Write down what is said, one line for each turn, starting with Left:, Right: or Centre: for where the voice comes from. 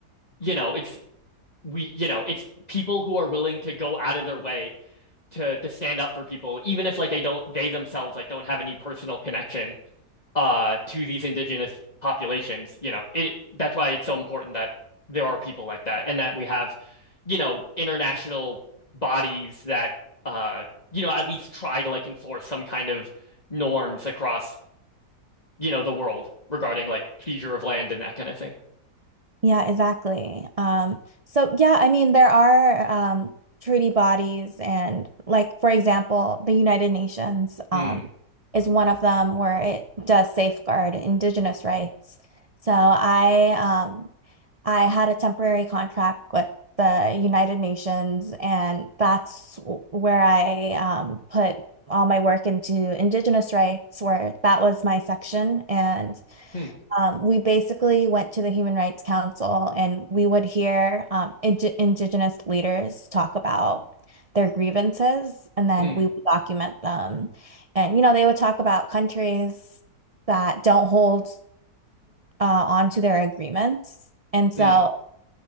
Left: you know, it's we, you know, it's people who are willing to go out of their way to to stand up for people, even if like they don't they themselves like don't have any personal connection uh, to these indigenous populations. You know, it that's why it's so important that there are people like that and that we have, you know, international bodies that uh, you know, at least try to like enforce some kind of norms across, you know, the world regarding like seizure of land and that kind of thing.
Right: Yeah, exactly. Um, so yeah, I mean there are um, treaty bodies and like for example, the United Nations
Left: Mm,
Right: um, is one of them where it does safeguard indigenous rights. So I um, I had a temporary contract with the United Nations and that's where I um, put all my work into indigenous rights where that was my section and
Left: mm,
Right: um, we basically went to the Human Rights Council and we would hear um, indi indigenous leaders talk about their grievances and then
Left: mm,
Right: we would document them. And, you know, they would talk about countries that don't hold uh, on to their agreements. And so
Left: mm.